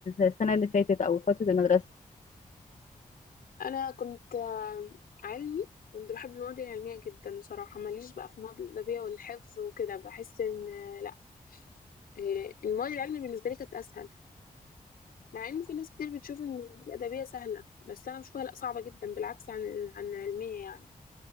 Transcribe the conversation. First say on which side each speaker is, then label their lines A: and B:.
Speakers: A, on the left; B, on the left.
A: السنه اللي فاتت او فتره المدرسه
B: انا كنت آه، علمي كنت بحب المواد العلميه جدا بصراحه ماليش بقى في المواد الادبيه والحفظ وكده بحس ان آه، لا آه، المواد العلميه بالنسبه لي كانت اسهل مع ان في ناس كتير بتشوف ان الادبيه سهله بس انا بشوفها لا صعبه جدا بالعكس عن عن علميه يعني